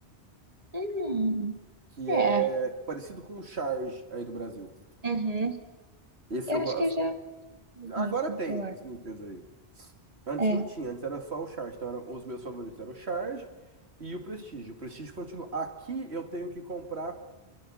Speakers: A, on the right; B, on the right.
A: hum,
B: que
A: é,
B: é parecido com o Charge aí do Brasil.
A: uhum.
B: Esse
A: Eu
B: eu gosto.
A: acho que eu já fiz
B: Agora
A: micro,
B: tem
A: sei lá.
B: sneakers aí. Antes
A: É,
B: não tinha, antes era só o Charge. Então eram, os meus favoritos eram o Charge e o Prestige. O Prestige continua. Aqui eu tenho que comprar,